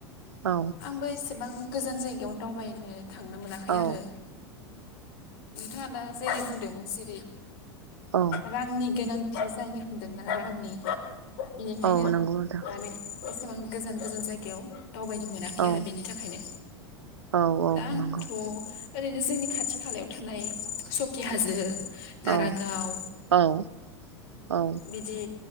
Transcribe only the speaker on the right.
औ
औ
औ
औ नंगौ नोंथां
औ
औ औ
नंगौ
औ औ औ